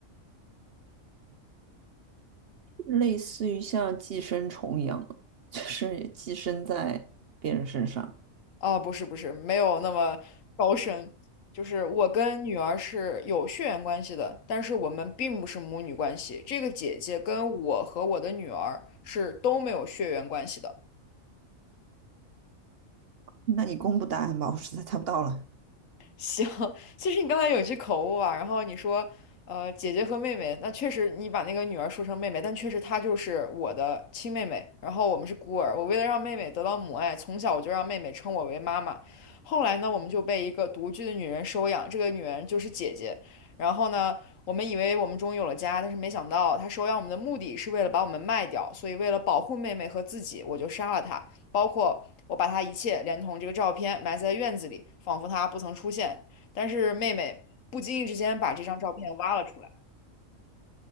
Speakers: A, on the right; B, on the left.
A: 类似于像寄生虫一样的，就是也寄生在别人身上。
B: 啊，不是不是，没有那么高深。就是我跟女儿是有血缘关系的，但是我们并不是母女关系。这个姐姐跟我和我的女儿是都没有血缘关系的。
A: 那你公布答案吧，我实在猜不到了。
B: 行，<laughs> 其实你刚才有一句口误啊，然后你说，呃，姐姐和妹妹，那确实你把那个女儿说成妹妹，但确实她就是我的亲妹妹，然后我们是孤儿。我为了让妹妹得到母爱，从小我就让妹妹称我为妈妈。后来呢，我们就被一个独居的女人收养，这个女人就是姐姐。然后呢，我们以为我们终于有了家，但是没想到她收养我们的目的是为了把我们卖掉，所以为了保护妹妹和自己，我就杀了她。包括我把他一切连同这个照片埋在院子里，仿佛他不曾出现。但是妹妹不经意之间把这张照片挖了出来。